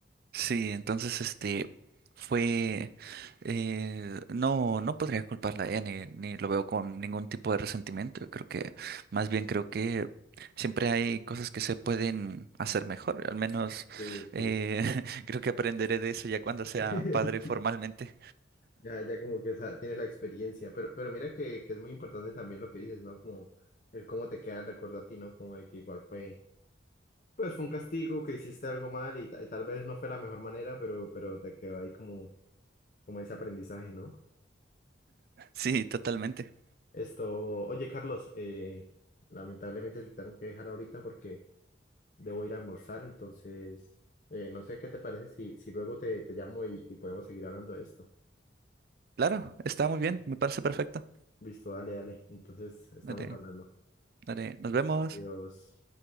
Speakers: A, on the right; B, on the left.
A: Sí, entonces este fue eh, no no podría culparla a ella ni, ni lo veo con ningún tipo de resentimiento. Yo creo que más bien creo que siempre hay cosas que se pueden hacer mejor. Al menos
B: Ok, ok.
A: eh, <laughs> creo que aprenderé de eso ya cuando sea
B: <laughs>
A: padre
B: Sí,
A: formalmente.
B: ya, ya como que esa- tienes la experiencia, pero, pero mira que, que es muy importante también lo que dices, ¿no? Como el cómo te queda el recuerdo a ti, ¿no? Como de que igual fue. Pues fue un castigo que hiciste algo mal y, ta- y tal vez no fue la mejor manera, pero, pero te quedó ahí como, como ese aprendizaje, ¿no?
A: Sí, totalmente.
B: Esto, oye Carlos, eh, lamentablemente te tengo que dejar ahorita porque debo ir a almorzar, entonces eh, no sé qué te parece si, si luego te, te llamo y, y podemos seguir hablando de esto.
A: Claro, está muy bien, me parece perfecto.
B: Listo, dale, dale. Entonces estamos
A: Dale,
B: hablando.
A: dale, nos vemos.
B: Adiós.